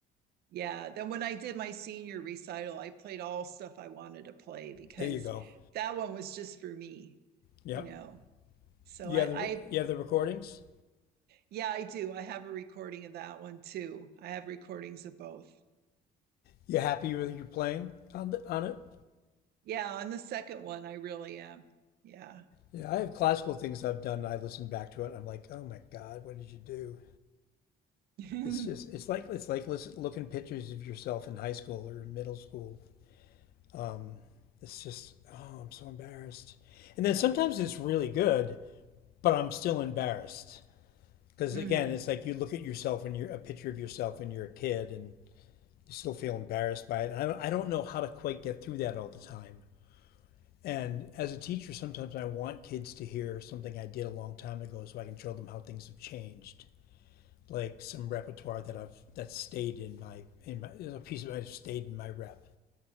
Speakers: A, on the right; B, on the left.
A: yeah then when i did my senior recital i played all stuff i wanted to play because
B: There you go.
A: that one was just for me
B: Yep.
A: you know So
B: You
A: I,
B: have the
A: I,
B: you have the recordings.
A: yeah, I do. I have a recording of that one too. I have recordings of both.
B: You happy with your playing on the, on it?
A: Yeah, on the second one, I really am. Yeah.
B: Yeah, I have classical things I've done. I listen back to it. I'm like, oh my god, what did you do?
A: <laughs>
B: It's just it's like it's like listen, looking pictures of yourself in high school or in middle school. Um, it's just oh, I'm so embarrassed. And then sometimes it's really good, but I'm still embarrassed because
A: hmm
B: again, it's like you look at yourself and you're a picture of yourself when you're a kid, and you still feel embarrassed by it. And I don't, I don't know how to quite get through that all the time. And as a teacher, sometimes I want kids to hear something I did a long time ago so I can show them how things have changed. Like some repertoire that I've that stayed in my in my a piece of it stayed in my rep.